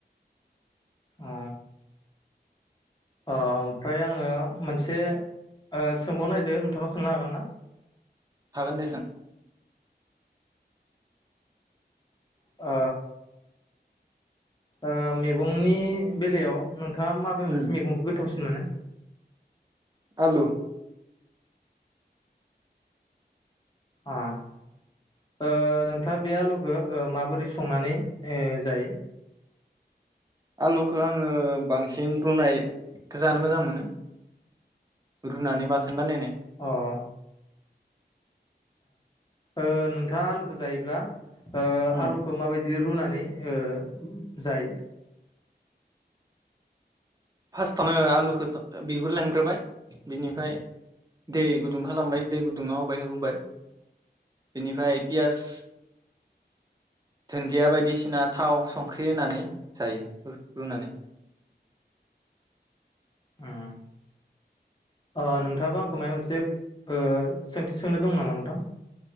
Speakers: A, on the left; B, on the right.
A: अ ओ ओमफ्राय आङो मोनसे ओ सोंबाव नायदो नोंथांनाव सोंनो हागोन ना?
B: हागोन दे सों।
A: ओ ओ मैगंनि बेलायाव नों थाङा माबे मोनसे
B: उम
A: मेगंखौ गोथावसिन मोनो?
B: आलु।
A: अ ओ नोंथाङा बे आलुखो ओ माबोरै संनानै ए जायो?
B: आलुखो आङो बांसिन रुनायखो जानो मोजां मोनो रुनानै बाथोन बानायनाय
A: अ ओं ओ नोंथाङा आलुखो जायोब्ला ओ
B: उम
A: आलुखो माबायदि रुनानै नै ओ जायो
B: फास्टावनो आलुखौ थ ओ बिगुर लेमग्रोबाय बिनिफ्राय दै गुदुं खालामबाय दै गुदुङाव होबाय रुबाय। बिनिफ्राय पियास धोन्दिया बायदिसिना थाव संख्रि होनानै जायो रुनानै।
A: उम, ओ नोंथाङाबो आंखौ मायबा मोनसे बो सोंथि सोंनो दं नामा नोंथां?